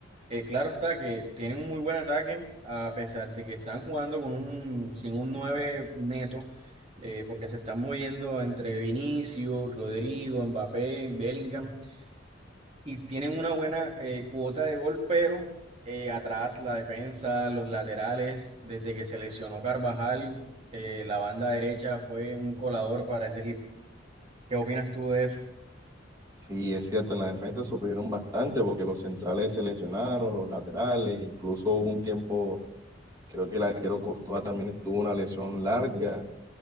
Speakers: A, on the right (about 35°); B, on the right (about 20°).
A: Eh, claro está que tienen un muy buen ataque, a pesar de que están jugando con un, sin un 9 neto, eh, porque se están moviendo entre Vinicius, Rodrigo, Mbappé, Bellingham, y tienen una buena eh, cuota de gol, pero eh, atrás la defensa, los laterales, desde que se lesionó Carvajal, eh, la banda derecha fue un colador para ese equipo. ¿Qué opinas tú de eso?
B: Sí, es cierto, en la defensa sufrieron bastante porque los centrales se lesionaron, los laterales, incluso hubo un tiempo, creo que el arquero Courtois también tuvo una lesión larga.